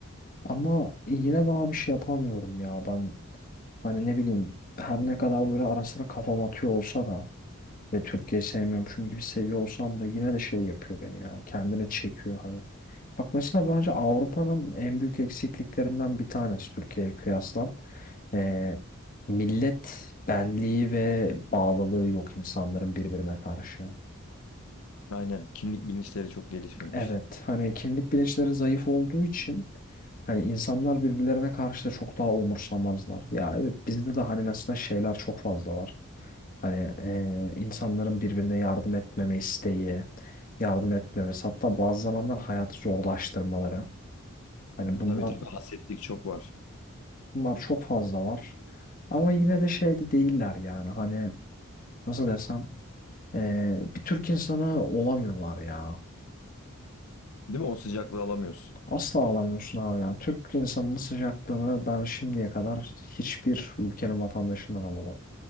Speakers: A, on the left (about 40°); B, on the left (about 80°).
A: ama yine daha bir şey yapamıyorum ya ben hani ne bileyim her ne kadar böyle ara sıra kafam atıyor olsa da ve Türkiye'yi sevmiyormuşum gibi seviyor olsam da yine de şey yapıyor beni ya kendine çekiyor hani. Bak mesela bence Avrupa'nın en büyük eksikliklerinden bir tanesi Türkiye'ye kıyasla. Ee, millet benliği ve bağlılığı yok insanların birbirine karşı.
B: Aynen kimlik bilinçleri çok gelişmemiş.
A: Evet, hani kimlik bilinçleri zayıf olduğu için hani insanlar birbirlerine karşı da çok daha umursamazlar. Ya evet bizde de hani mesela şeyler çok fazla var. Hani e, insanların birbirine yardım etmeme isteği, yardım etmemesi hatta bazı zamanlar hayatı zorlaştırmaları. Hani bunlar
B: Tabii tabii hasetlik çok var.
A: bunlar çok fazla var. Ama yine de şeyde değiller yani hani nasıl desem Ee, bir Türk insana olamıyorlar ya.
B: Değil mi? O sıcaklığı alamıyorsun.
A: Asla olamıyorsun abi yani. Türk insanının sıcaklığını ben şimdiye kadar hiçbir ülkenin vatandaşından alamadım.